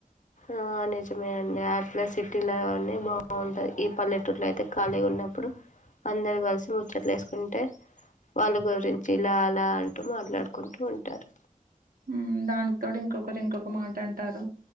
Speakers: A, on the left; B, on the right.
A: ఆహ్ నిజమే అండి అట్లా సిటీలోనే బాగుంటాది ఈ పల్లెటూర్లో అయితే ఖాళీగా ఉన్నప్పుడు అందరు కలిసి ముచ్చట్లు వేసుకుంటే వాళ్ళ గురించి ఇలా అలా అంటూ మాట్లాడుకుంటూ ఉంటారు.
B: ఆహ్ దానికి తోడు ఇంకొ ఒకరు ఇంకొక మాట అంటారు